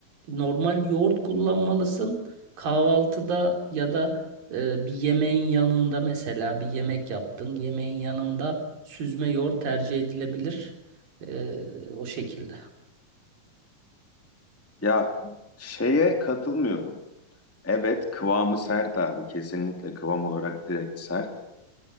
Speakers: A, on the right (about 80°); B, in the centre.
A: normal yoğurt kullanmalısın. Kahvaltıda ya da e, bir yemeğin yanında mesela bir yemek yaptın. Yemeğin yanında süzme yoğurt tercih edilebilir. E, o şekilde.
B: Ya şeye katılmıyorum. Evet kıvamı sert abi. Kesinlikle kıvam olarak direkt sert.